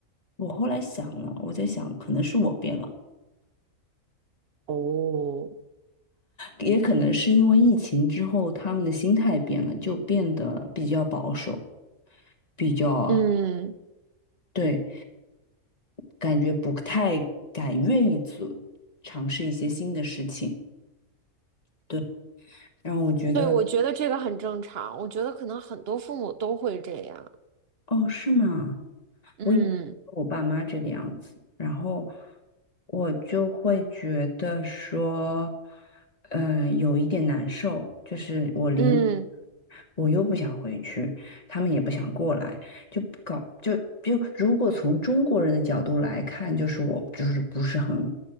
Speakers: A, on the left (about 30°); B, on the right (about 55°).
A: 我后来想了，我在想，可能是我变了，
B: 哦，
A: 也可能是因为疫情之后他们的心态变了，就变得比较保守，比较，
B: 嗯。
A: 对，感觉不太敢愿意做尝试一些新的事情。对。然后我觉得，
B: 对，我觉得这个很正常，我觉得可能很多父母都会这样。
A: 哦，是吗？
B: 嗯
A: 我以为我爸妈这个样子，然后我就会觉得说，嗯、有一点难受，就是我离，
B: 嗯，
A: 我又不想回去，他们也不想过来，就不搞就就如果从中国人的角度来看，就是我就是不是很，